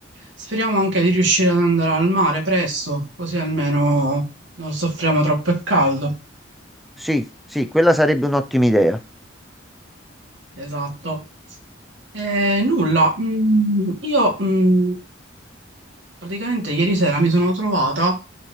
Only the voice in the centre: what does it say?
Sì, sì, quella sarebbe un'ottima idea.